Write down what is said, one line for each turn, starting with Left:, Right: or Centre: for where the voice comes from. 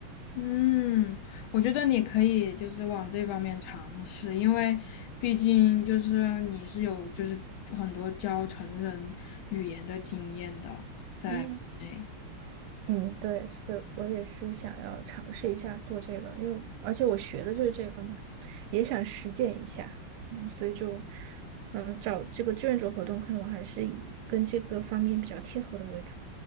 Left: 嗯，我觉得你可以就是往这方面尝试，因为毕竟就是你是有就是很多教成人语言的经验的，在国内。
Right: 嗯嗯，对，所以我也是想要尝试一下做这个，因为而且我学的就是这个嘛，也想实践一下，嗯，所以就，嗯、找这个志愿者活动，可能我还是以跟这个方面比较贴合的为主。